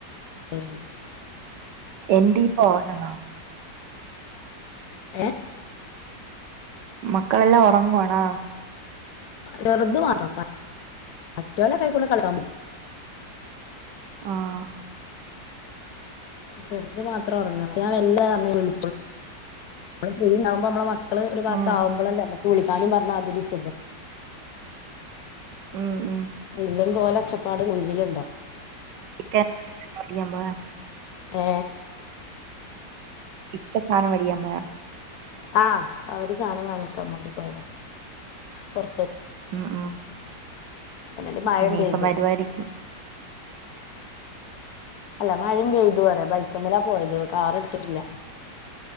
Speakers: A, on the left; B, on the right.
A: <unintelligible> <unintelligible>
B: എന്തിപ്പ ഒറങ്ങുന്നോ?
A: ഏ
B: മക്കളെല്ലാം ഒറങ്ങുവാണാ?
A: ചെറുത് മാത്രം മറ്റോലൊക്കെ അയ്ക്കൂടെ കളി
B: ആഹ്
A: ചെറുത് മാത്രം ഉറങ്ങാണൊ? <unintelligible> നമ്മള് ഫ്രീണ്ടാവുമ്പോ നമ്മളെ മക്കള് ഒരു ഭാഗത്ത്
B: ആഹ്
A: ആവുംപോളല്ലേ നമ വിളിക്കാനും പറഞ്ഞാതിരി സുഖം
B: ഉം ഉം
A: ഇല്ലെങ്കിൽ ഓലെ ഒച്ചപ്പാട് മുന്നിലുണ്ടാവും
B: <unintelligible>
A: ഏ
B: <unintelligible>
A: ആഹ അവര് സാധനം വങ്ങിക്കാൻ വേണ്ടി പോയതാ പൊർ
B: ഉം ഉം
A: അതിനിടെ മഴയും
B: ഇനിയിപ്പോ
A: പെയ്തു
B: വരവായിരിക്കും.
A: അല്ല മഴയും പെയ്തു വരെ ബൈക്കും മേലെയാ പോയത് കാർ എടുത്തിട്ടില്ല.